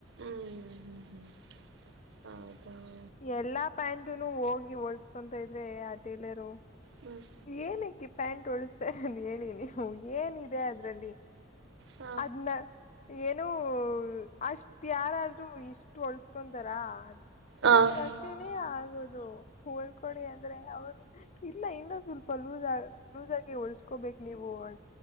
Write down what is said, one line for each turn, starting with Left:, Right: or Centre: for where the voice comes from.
Right: ಹ್ಮ್ ಹ್ಮ್ ಹ್ಮ ಹೌದ
Left: ಎಲ್ಲಾ ಪ್ಯಾಂಟನು ಹೋಗಿ ಹೊಲ್ಸ್ಕತಿದ್ರೆ ಇದ್ರೆ ಆ ಟೇಲರು
Right: ಹ್ಮ್
Left: ಏನಕ್ಕಿ ಪ್ಯಾಂಟ್ ಉಳಸ್ತಾರೆ ಅಂತ ಹೇಳಿ ನೀವು ಏನಿದೆ ಅದ್ರಲ್ಲಿ
Right: ಹಾ
Left: ಅದನ್ನ ಏನೋ ಅಷ್ಟ ಯಾರಾದ್ರೂ ಇಷ್ಟು ಹೊಳ್ಸ್ಕೊಂತಾರಾ
Right: ಹಾ
Left: ನನ್ ಅಳತೆ ನೆ ಆಗೋದು ಹಾಲ್ಕೊಡಿ ಅಂದ್ರೆ ಅವರು ಇಲ್ಲ ಇನ್ನೂ ಸ್ವಲ್ಪ ಲೂಸ್ ಲೂಸ್ ಆಗಿ ಹೊಳ್ಸ್ಕೋಬೇಕ್ ನೀವು ಅ